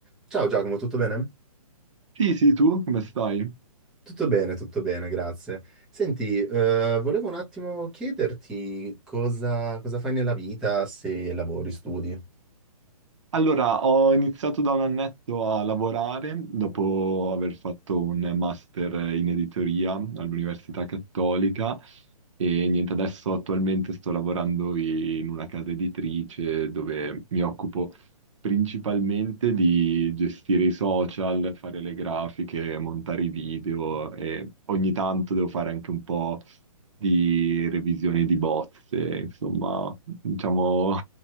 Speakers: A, in the centre; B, on the right.
A: Ciao Giacomo, tutto bene?
B: Sì, sì, tu come stai?
A: Tutto bene, tutto bene, grazie. Senti, eh, volevo un attimo chiederti cosa, cosa fai nella vita, se lavori, studi.
B: Allora, ho iniziato da un annetto a lavorare dopo aver fatto un master in editoria all'Università Cattolica e niente, adesso attualmente sto lavorando in una casa editrice dove mi occupo principalmente di gestire i social, fare le grafiche, montare i video e ogni tanto devo fare anche un po' di revisioni di bozze, insomma, diciamo